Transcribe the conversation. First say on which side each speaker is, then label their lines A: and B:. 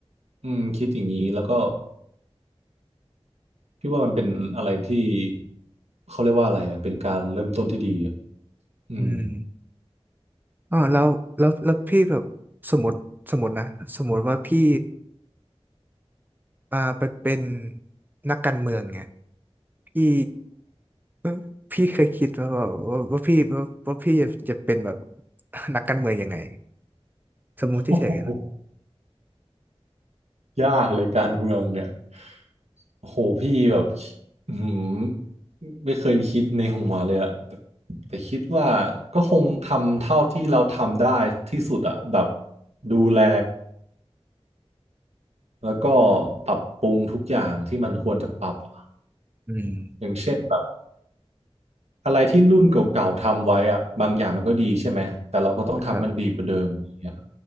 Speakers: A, on the right; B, on the right.
A: อืมคิดอย่างนี้แล้วก็พี่ว่ามันเป็นอะไรที่เขาเรียกว่าอะไรอะเป็นการเริ่มต้นที่ดีอะอืม
B: อืมอ๋อแล้วแล้วแล้วพี่แบบสมมติสมมตินะสมมติว่าพี่มาไปเป็นนักการเมืองไงพี่ เออพี่เคยคิดว่าแบบว่าว่าพี่ว่าว่าพี่จะจะเป็นแบบ <laughs> นักการเมืองยังไงสมมุติเฉยๆนะ
A: <laughs> ยากเลยการเมืองเนี่ยโอ้โหพี่แบบอืมไม่เคยคิดในหัวเลยอะแต่แต่คิดว่าก็คงทำเท่าที่เราทำได้ที่สุดอะแบบดูแลแล้วก็ปรับปรุงทุกอย่างที่มันควรจะปรับอะ
B: อืม
A: อย่างเช่นแบบอะไรที่รุ่นเก่าๆทำไว้อะบางอย่างมันก็ดีใช่ไหมแต่เราก็ต้องทำมันดีกว่าเดิมอย่างเงี้ย
B: ครับ